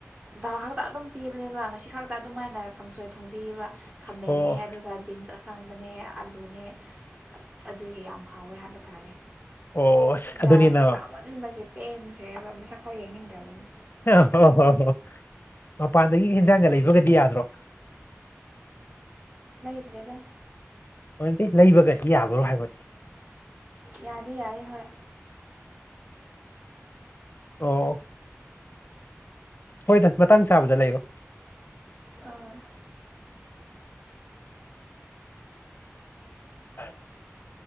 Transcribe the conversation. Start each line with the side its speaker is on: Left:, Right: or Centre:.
Right: ꯗꯜꯈꯥꯛꯇ ꯑꯗꯨꯝ ꯄꯤꯕꯅꯦꯕ ꯉꯁꯤ ꯈꯛꯇ ꯑꯗꯨꯝꯃꯥꯏꯅ ꯀꯥꯡꯁꯣꯏ ꯊꯣꯡꯕꯤꯕ ꯈꯥꯃꯦꯟꯅꯦ
Left: ꯑꯣ
Right: ꯑꯗꯨꯒ ꯕꯤꯟꯁ ꯑꯁꯥꯡꯕꯅꯦ ꯑꯂꯨꯅꯦ ꯑꯗꯨꯒꯤ ꯌꯥꯝ ꯍꯥꯎꯋꯦ ꯍꯥꯏꯕ ꯇꯥꯔꯦ
Left: ꯑꯣ ꯑꯗꯨꯅꯤꯅ
Right: ꯗꯥꯜꯁꯦ
Left: ꯍꯣꯏ
Right: ꯆꯥꯃꯟꯕꯒꯤ ꯄꯦꯟꯈ꯭ꯔꯦꯏꯕ ꯃꯁꯛꯐꯥꯎ ꯌꯦꯡꯅꯤꯡꯗ꯭ꯔꯕꯅꯤ
Left: ꯑ ꯍꯣ ꯍꯣ ꯍꯣꯏ ꯃꯄꯥꯟꯗꯒꯤ ꯏꯟꯖꯥꯡꯒ ꯂꯩꯕꯒꯗꯤ ꯌꯥꯗ꯭ꯔꯣ
Right: ꯂꯩꯗ꯭ꯔꯦꯗ
Left: <unintelligible> ꯂꯩꯕꯒꯗꯤ ꯌꯥꯕꯔꯣ ꯍꯥꯏꯕꯗꯤ
Right: ꯌꯥꯗꯤ ꯌꯥꯏ ꯍꯣꯏ
Left: ꯑꯣ ꯍꯣꯏ ꯇ ꯃꯇꯥꯡ ꯆꯥꯕꯗ ꯂꯩꯔꯣ
Right: ꯍꯣꯏ
Left: ꯍꯥꯏ